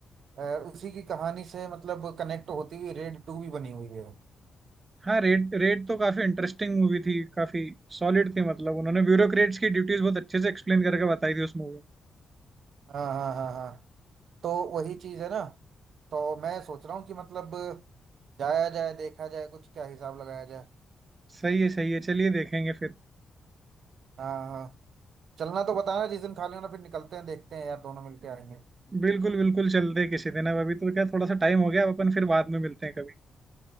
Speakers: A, on the right (about 70°); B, on the right (about 35°).
A: अ, उसी की कहानी से मतलब कनेक्ट होती हुई रेड टू भी बनी हुई है
B: हाँ रेड रेड तो काफी इंटरेस्टिंग मूवी थी काफी सॉलिड थी मतलब उन्होंने ब्यूरोक्रेट्स की ड्यूटीज बहुत अच्छे से एक्सप्लेन करके बताई थी उस मूवी में
A: हाँ हाँ हाँ हाँ तो वही चीज है ना तो मैं सोच रहा हूँ कि मतलब जाया जाए देखा जाए कुछ क्या हिसाब लगाया जाए
B: सही है सही है चलिए देखेंगे फिर
A: हाँ हाँ चलना तो बताना जिस दिन खाली होना फिर निकलते हैं देखते हैं यार दोनों मिलके आएंगे
B: बिल्कुल बिल्कुल चलते हैं किसी दिन अब अभी तो क्या थोड़ा सा टाइम हो गया अब अपन फिर बाद में मिलते हैं कभी